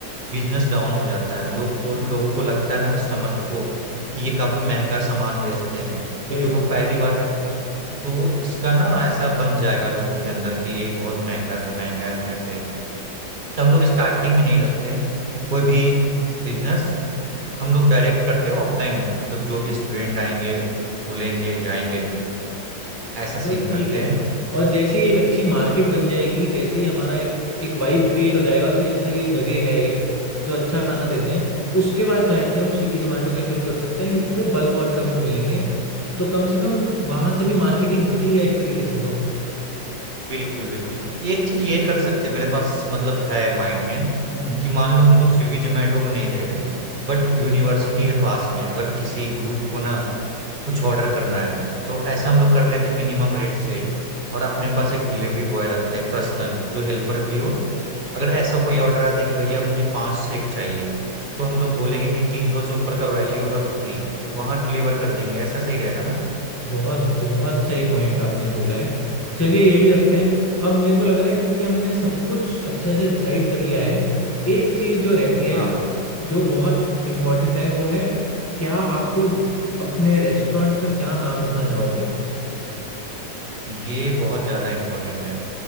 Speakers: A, on the right (about 40°); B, on the left (about 15°).
A: बिजनेस डाउन हो जाता है लोग को लोगों को लगता है ना कस्टमर को कि ये काफी महंगा सामान बेचते हैं
B: सही
A: क्योंकि
B: बात
A: वो पहली
B: है
A: बार है तो इसका ना ऐसा बन जाएगा लोगों के अंदर कि ये बहुत महंगा है महंगा है कैफे तो हम लोग स्टार्टिंग में नहीं रखते हैं कोई भी बिजनेस हम लोग डायरेक्ट करते हैं ऑफलाइन मतलब जो भी स्टूडेंट आएंगे वो लेंगे जाएंगे ऐसा सीन
B: चलो ठीक
A: करते
B: है
A: हैं
B: और जैसे ही एक अच्छी मार्केट बन जाएगी जैसे ही हमारा एक एक वाइब क्रिएट हो जाएगा कि अच्छा ये जगह है एक जो अच्छा खाना देते हैं उसके बाद शायद से हम स्विगी जोमेटो पे शुरू कर सकते हैं क्योंकि फिर बल्क ऑर्डर हमको मिलेंगे तो कम से कम वहां से भी मार्केटिंग होती ही है एक तरीके से तो
A: बिल्कुल बिल्कुल ये एक चीज ये कर सकते हैं, मेरे पास मतलब है माइंड में
B: हम्म
A: कि मान लो हम लोग स्विगी जोमेटो को नहीं दे रहे हैं बट यूनिवर्सिटी है पास में अगर किसी ग्रुप को ना कुछ ऑर्डर करना है तो ऐसा हम लोग कर लेते मिनिमम रेट सेट और अपने पास एक डिलीवरी बॉय रखते हैं पर्सनल जो हेल्पर भी हो अगर ऐसा कोई ऑर्डर आता है कि भैया मुझे पाँच सेक चाहिए तो हम लोग बोलेंगे कि तीन सौ से ऊपर का वैल्यू होगा तो फ्री तो वहां डिलीवर कर देंगे ऐसा सही रहेगा ना
B: बहुत बहुत सही पॉइंट आपने बोला है चलिए ये भी रखते हैं अब मेरे को लग रहा है क्योंकि हमने सब कुछ अच्छे से डिसाइड कर लिया है एक चीज़ जो रहती है
A: हाँ
B: जो बहुत इम्पोर्टेंट है वो है क्या आपको अपने रेस्टोरेंट का क्या नाम रखना चाहोगे
A: ये बहुत ज्यादा इम्पोर्टेंट है